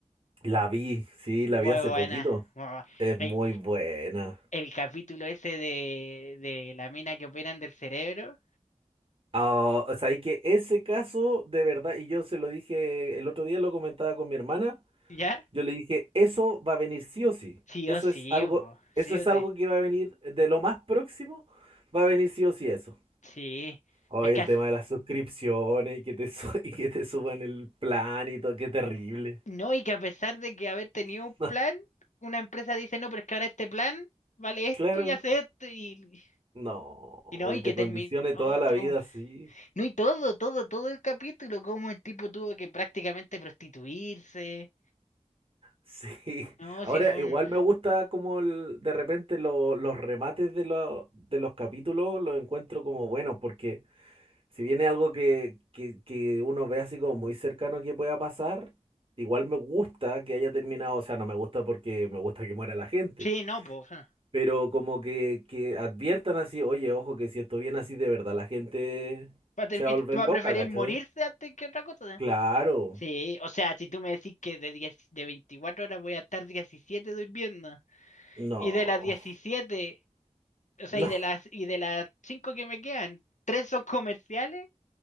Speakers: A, on the right; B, on the left.
A: La vi, sí, la
B: Muy
A: vi hace
B: buena.
A: poquito.
B: muy bu-
A: Es
B: El,
A: muy buena.
B: el capítulo ese de, de la mina que operan del cerebro,
A: Ah, o sea, y que ese caso, de verdad, y yo se lo dije el otro día, lo comentaba con mi hermana,
B: ¿ya?
A: yo le dije, eso va a venir sí o sí.
B: Sí
A: Eso
B: o sí,
A: es algo,
B: po,
A: eso
B: sí
A: es
B: o
A: algo
B: sí.
A: que va a venir de lo más próximo, va a venir sí o sí eso.
B: Sí,
A: Oye,
B: es que
A: el
B: as-
A: tema de las suscripciones y que te, su- <laughs> y que te suban el plan y todo, qué terrible.
B: no, y que a pesar de que haber tenido un
A: <laughs> No,
B: plan, una empresa dice, no, pero es que ahora este plan vale esto
A: claro,
B: y hace esto y,
A: no,
B: y no, y
A: y te
B: que terminó
A: condicione toda la
B: todo.
A: vida así.
B: No, y todo, todo, todo el capítulo, cómo el tipo tuvo que prácticamente prostituirse.
A: Sí,
B: No,
A: ahora
B: si fue
A: igual
B: un...
A: me gusta como el- de repente lo- los remates de, lo- de los capítulos los encuentro como buenos, porque si viene algo que, que, que uno ve así como muy cercano que pueda pasar, igual me gusta que haya terminado, o sea, no me gusta porque me gusta que muera la gente,
B: Sí, no, pues. Va
A: pero como que, que adviertan así, oye, ojo, que si esto viene así de verdad, la gente
B: a,
A: se va a volver loca,
B: a preferir
A: ¿cachai?
B: morirse antes que otra cosa.
A: Claro,
B: Sí, o sea, si tú me decís que de, 10 de 24 horas voy a estar 17 durmiendo,
A: no,
B: y de las 17 o sea,
A: <laughs>
B: y de
A: no,
B: las, y de las 5 que me quedan, ¿tres son comerciales?